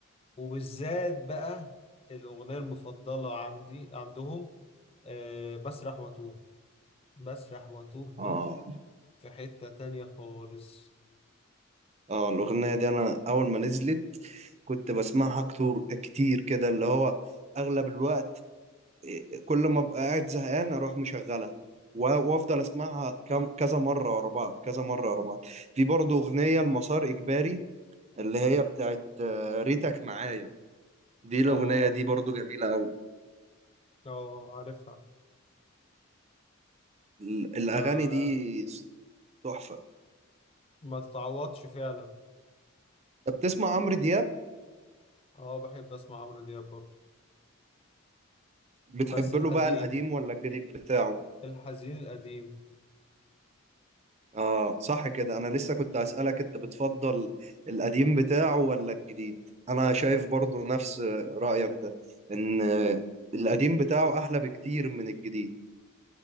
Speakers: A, on the left (about 25°); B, on the right (about 30°).
A: وبالذات بقى الأغنية المفضلة عندي عندهم آه، بسرح واتوه بسرح واتوه دي
B: اه
A: في حتة تانية خالص
B: اه الأغنية دي أنا أول ما نزلت كنت بسمعها كتير كتير كده اللي هو أغلب الوقت إيه، كل ما أبقى قاعد زهقان أروح مشغلها و- وأفضل أسمعها كم- كذا مرة ورا بعض كذا مرة ورا بعض في برضه أغنية المسار إجباري اللي هي بتاعت آه، ريتك معايا دي الأغنية
A: اه
B: دي برضه جميلة أوي
A: اه عارفها
B: ال- الأغاني
A: فما
B: دي تحفة
A: تتعوضش فعلا
B: أنت بتسمع عمرو دياب
A: اه بحب اسمع عمرو دياب برضو
B: بتحب
A: بس الحزين
B: له بقى القديم ولا الجديد بتاعه؟
A: الحزين القديم
B: اه صح كده انا لسه كنت هسألك انت بتفضل القديم بتاعه ولا الجديد انا شايف برضو نفس رأيك ده ان القديم بتاعه احلى بكتير من الجديد